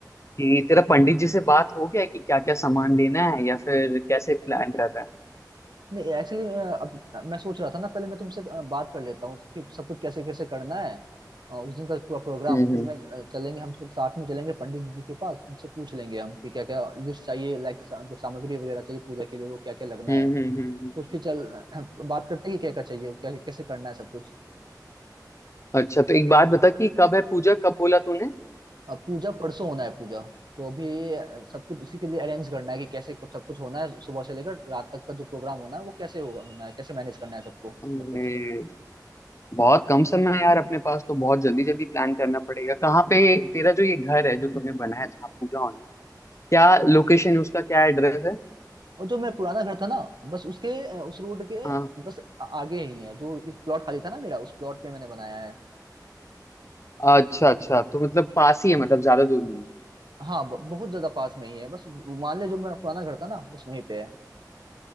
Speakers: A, on the left; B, on the right.
A: कि तेरा पंडित जी से बात हो गया है कि क्या क्या सामान लेना है या फिर कैसे प्लान कर रहा है
B: नहीं एक्चुअली अब मैं सोच रहा था ना पहले मैं तुमसे अ, बात कर लेता हूँ कि सब कुछ कैसे कैसे करना है अ, उस दिन का पूरा प्रोग्राम
A: हम्म
B: फिर
A: हम्म
B: मैं अ, चलेंगे हम लोग साथ में चलेंगे पंडित जी के पास उनसे पूछ लेंगे हम कि क्या क्या लिस्ट चाहिए लाइक जो सामग्री वगैरह चाहिए पूजा के लिए वो क्या क्या लगना
A: हम्म
B: है
A: हम्म हम्म, हम्म।
B: तो फिर चल <clears throat> अ, बात करते हैं कि क्या क्या चाहिए क्या कैसे करना है सब कुछ
A: अच्छा तो एक बात बता कि कब है पूजा कब बोला तूने
B: अ, पूजा परसों होना है पूजा तो अभी अ, सब कुछ उसी के लिए अरेंज करना है कि कैसे कब सब कुछ होना है सुबह से लेकर रात तक का जो प्रोग्राम होना है वो कैसे होगा होना है कैसे मैनेज करना है सबको
A: अरे,
B: सब कुछ
A: बहुत कम समय है यार अपने पास तो बहुत जल्दी जल्दी प्लान करना पड़ेगा कहाँ पे ये- तेरा जो ये घर है जो तूने बनाया जहाँ पूजा होना है क्या लोकेशन है उसका क्या एड्रेस है
B: और जो मेरा पुराना घर था ना बस उसके अ, उस रोड के
A: हाँ
B: बस आ- आगे ही है जो एक प्लॉट खाली था ना मेरा उस प्लॉट पे मैंने बनाया है
A: अच्छा अच्छा तो मतलब पास ही है मतलब ज्यादा दूर नहीं है।
B: हाँ ब- बहुत ज्यादा पास में ही है बस वो मान ले जो मेरा पुराना घर था ना बस वहीं पे है